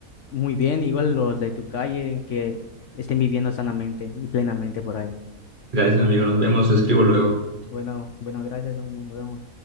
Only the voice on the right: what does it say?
Gracias, amigo. Nos vemos. Te escribo luego.